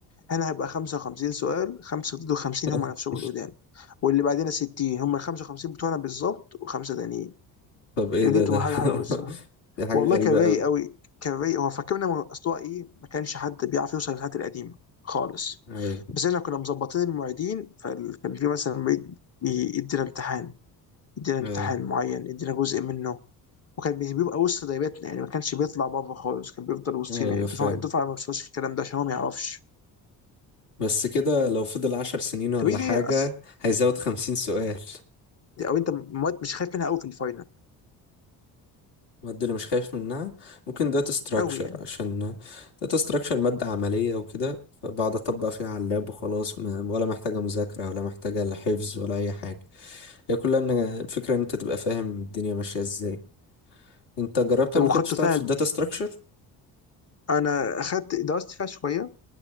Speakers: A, on the left; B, on the left.
A: هنا هيبقى 55 سؤال 5 ضد 50
B: <laughs>
A: هم نفسهم القدام واللي بعدنا 60 هم ال 55 بتوعنا بالظبط وخمسه تانيين
B: طب ايه
A: كانت
B: ده
A: دي تبقى
B: ده
A: حاجه
B: <laughs>
A: حلوه الصراحه
B: دي حاجة
A: والله
B: غريبة
A: كان رايق
B: قوي
A: قوي كان رايق هو فاكرنا من اصلها ايه ما كانش حد بيعرف يوصل للحاجات القديمه خالص
B: ايوه
A: بس احنا كنا مظبطين المواعيدين فكان في مثلا معيد بي- يدينا امتحان يدينا امتحان
B: اه
A: معين يدينا جزء منه وكان بيبقى وسط دايرتنا يعني ما كانش بيطلع بره خالص كان بيفضل وسطينا
B: ايوه
A: الدفعه
B: فاهم
A: الدفعه ما بتوصلش الكلام ده عشان هو ما يعرفش
B: بس كده لو فضل عشر سنين ولا
A: طب ايه هي
B: حاجة
A: أس-
B: هيزود خمسين سؤال
A: او انت مواد مش خايف منها قوي في الفاينل
B: المادة اللي مش خايف منها ممكن داتا ستراكشر
A: قوي يعني
B: عشان داتا ستراكشر مادة عملية وكده فبقعد أطبق فيها على اللاب وخلاص ما- ولا محتاجة مذاكرة ولا محتاجة لا حفظ ولا أي حاجة هي كلها إن الفكرة إن أنت تبقى فاهم الدنيا ماشية إزاي أنت جربت
A: طب
B: قبل
A: وخدته
B: كده تشتغل
A: فيها
B: في الداتا ستراكشر؟
A: انا اخدت درست فيها شويه